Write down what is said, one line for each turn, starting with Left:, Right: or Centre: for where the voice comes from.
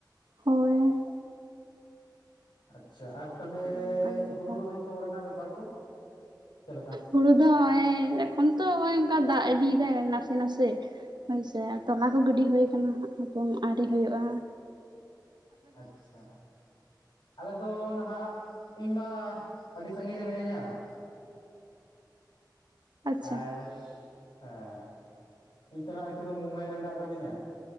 Right: ᱦᱳᱭ᱾
Left: ᱟᱪᱪᱷᱟ ᱟᱨ ᱛᱟᱦᱚᱞᱮ
Right: ᱚᱱᱠᱟᱱ ᱵᱮᱯᱟᱨ
Left: ᱦᱩᱲᱩ ᱨᱚᱦᱚᱭ ᱠᱚ ᱨᱮᱱᱟᱜ ᱵᱮᱯᱟᱨ ᱠᱚ ᱪᱮᱞᱮᱠᱟ?
Right: ᱦᱩᱲᱩ ᱫᱚ ᱦᱚᱸᱼᱚᱭ ᱮᱠᱷᱚᱱ ᱛᱚ ᱦᱚᱸᱜᱼᱚᱭ ᱮᱱᱠᱟ ᱫᱟᱜ ᱤᱫᱤᱭ ᱫᱟᱭ ᱱᱟᱥᱮ ᱱᱟᱥᱮ᱾ ᱦᱳᱭᱥᱮ ᱟ ᱛᱚᱞᱟ ᱠᱚ ᱜᱤᱰᱤ ᱦᱳᱭ ᱠᱟᱱᱟ ᱦᱟᱸᱜ ᱦᱟᱯᱮᱱ ᱟᱣᱨᱤ ᱦᱳᱭᱳᱜᱼᱟ᱾
Left: ᱟᱪᱪᱷᱟ᱾ ᱟᱞᱮ ᱫᱚ ᱱᱟᱦᱟᱜ ᱤᱧᱢᱟ ᱟᱹᱰᱤ ᱥᱟᱺᱜᱤᱧ ᱨᱮ ᱢᱤᱱᱟᱹᱧᱟ᱾
Right: ᱟᱪᱪᱷᱟ
Left: ᱟᱨ ᱦᱮᱸ ᱤᱧ ᱛᱚᱱᱟᱜ ᱱᱤᱛᱳ ᱫᱚ ᱢᱩᱢᱵᱟᱭ ᱨᱮ ᱢᱮᱱᱟᱜ ᱟᱠᱟ ᱫᱤᱧᱟ᱾